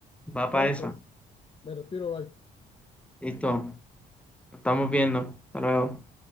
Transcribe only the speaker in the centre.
Va para
esa.
Listo. Estamos viendo. Hasta luego.